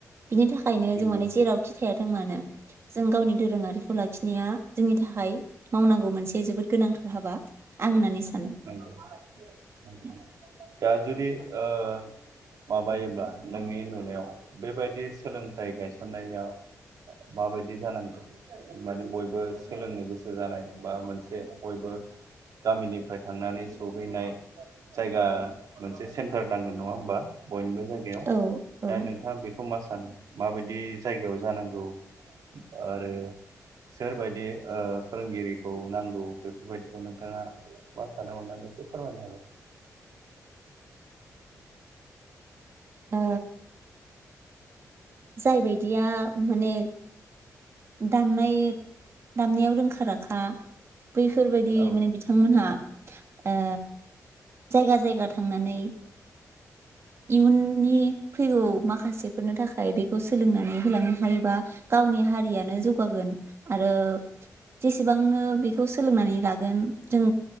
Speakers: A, on the right; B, on the right.
A: बिनि थाखायनो
B: नंगौ
A: जों माने जेरावखि थायाथों मानो जों गावनि दोरोङारिखौ लाखिनाया जोंनि थाखाय मावनांगौ मोनसे जोबोद गोनांथार हाबा आं होननानै सानो
B: नंगौ नंगौ
A: <inaudible>
B: दा जुदि ओ माबायोब्ला नोंनि नुनायाव बेबायदि सोलों नाथाय गायसननाया माबायदि जानांगोन माने बयबो सोलोंनो गोसो जानाय बा मोनसे बयबो गामिनिफ्राय थांनानै सहैनाय जायगा मोनसे सेन्टार नांगोन नङा होमबा बयनिबो <inaudible> ओ
A: औ औ
B: नोंथाङा बेखौ मा सा <unintelligible> माबायदि जायगायाव जानांगौ आरो सोरबायदि ओ फोरोंगिरिखौ नांगौ बेफोरबायदिखौ नोंथाङा मा सानो अननानै एसे फोरमायनो होलाय
A: ओ जाय बायदिया माने दामनाय दामनायाव रोंखा रोखा बैफोरबायदि
B: औ
A: माने बिथांमोनहा ओ जायगा जायगा थांनानै इयुननि फैगौ माखासेफोरनो थाखाय बेखौ सोलोंनानै होलांनो हायोबा गावनि हारियानो जौगागोन आरो जेसेबांनो बे खौ सोलोंनानै लागोन जों